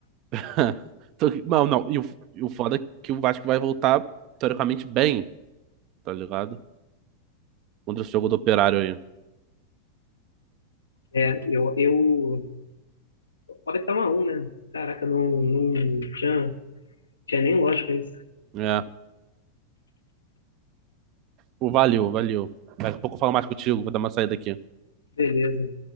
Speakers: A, on the right (about 40°); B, on the left (about 70°).
A: <laughs> Então, Não, não. E o, e o foda é que o Vasco vai voltar, teoricamente, bem, tá ligado? Contra esse jogo do Operário aí.
B: É, eu, eu. Pode estar uma 1, né? Caraca, não, não tinha, tinha nem lógica isso.
A: É. Pô, valeu, valeu. Daqui a pouco eu falo mais contigo, vou dar uma saída aqui.
B: Beleza.